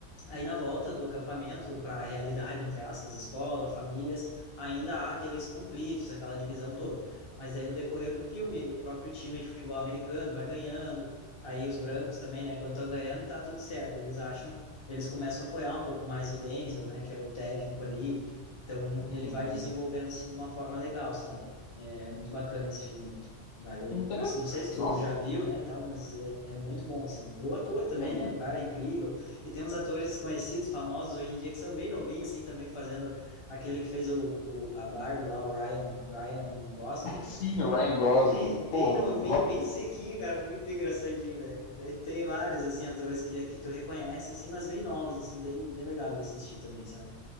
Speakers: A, on the left; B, on the left.
A: Aí, na volta do acampamento para a realidade, entre aspas, escola, famílias, ainda há aqueles conflitos, aquela divisão toda. Mas aí, no decorrer do filme, o próprio time de futebol americano vai ganhando, aí os brancos também, né? Quando estão ganhando, tá tudo certo. Eles acham, eles começam a apoiar um pouco mais o Denzel, né? Que é o técnico ali. Então,
B: Uhum.
A: ele vai desenvolvendo, assim, de uma forma legal, sabe? É é muito bacana esse filme aí. Vale.
B: Que interessante.
A: Não sei se tu
B: Nossa,
A: já viu, né, e tal, mas é, é muito bom, assim. O ator também,
B: eu
A: né?
B: não-
A: O cara é incrível. E tem uns atores conhecidos, famosos hoje em dia, que são bem novinhos, assim, também fazendo aquele que fez o, o- a Barbie lá, o Ryan, Ryan Gosling.
B: <laughs> sim, o Ryan Gosling.
A: Bem, bem
B: Pô,
A: novinho,
B: go-
A: bem sequinho, cara, muito engraçadinho, velho. Daí Tem vários, assim, atores que, que tu reconhece, assim, mas bem novos, assim, bem, bem legal de assistir também, sabe?